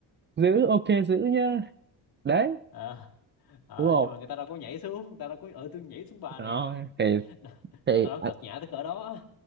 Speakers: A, on the right; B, on the left.
A: giữ ok giữ nhá đấy
B: à, à,
A: đúng không
B: nhưng mà người ta đâu có nhảy xuống người ta đâu có ờ tôi nhảy xuống bà
A: đó
B: nè
A: thì
B: <laughs> nó
A: thì
B: nó
A: à,
B: cợt nhã tới cỡ đó